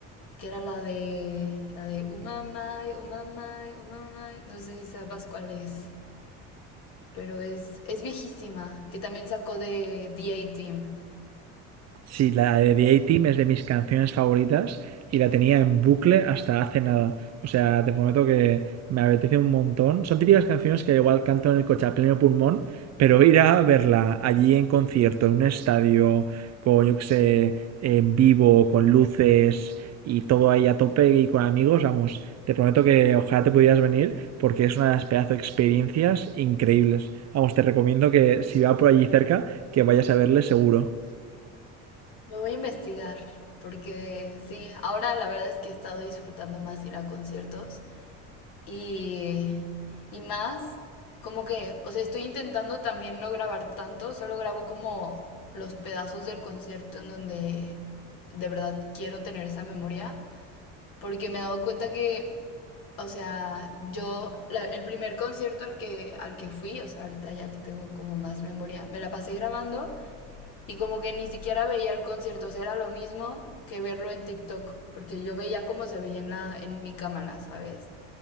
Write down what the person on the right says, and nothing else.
Sí, la de The A-Team es de mis canciones favoritas y la tenía en bucle hasta hace nada. O sea, te prometo que me apetece un montón. Son típicas canciones que igual canto en el coche a pleno pulmón, pero ir a verla allí en concierto, en un estadio, con, yo qué sé, en vivo, con luces y todo ahí a tope y con amigos, vamos, te prometo que ojalá te pudieras venir porque es una de las pedazo de experiencias increíbles. Vamos, te recomiendo que si va por allí cerca, que vayas a verle seguro.